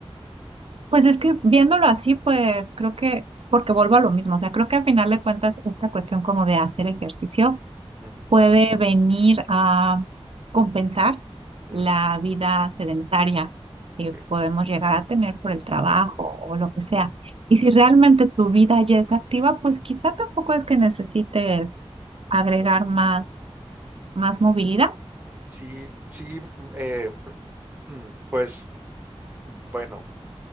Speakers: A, on the right; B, on the right.
A: Pues es que viéndolo así, pues creo que, porque vuelvo a lo mismo, o sea, creo que al final de cuentas esta cuestión como de hacer ejercicio
B: Ujú,
A: puede venir a compensar
B: ujú,
A: la vida sedentaria
B: ok.
A: que podemos llegar a tener por el trabajo o lo que sea.
B: ujú.
A: Y si realmente tu vida ya es activa, pues quizá tampoco es que necesites agregar más, más movilidad.
B: Sí, sí, mm, eh, <clears throat> pues bueno.